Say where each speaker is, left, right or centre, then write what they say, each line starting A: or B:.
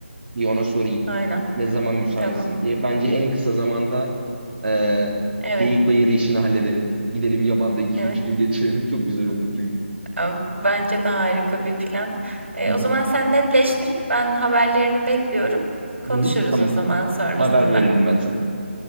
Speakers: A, on the right (about 45°); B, on the right (about 70°).
A: bir ona sorayım
B: Aynen.
A: ne zaman müsaitsin
B: Tamam.
A: diye. Bence en kısa zamanda e,
B: Evet,
A: Geyik Bayırı işini halledelim. Gidelim yabanda iki
B: evet.
A: üç gün geçirelim. Çok güzel olur çünkü.
B: A bence de harika bir plan. Eee,
A: Hı hı.
B: o zaman sen netleştir. Ben haberlerini bekliyorum. Konuşuruz
A: Hı hı. Tamam,
B: o zaman sonrasında.
A: haber veririm ben sana.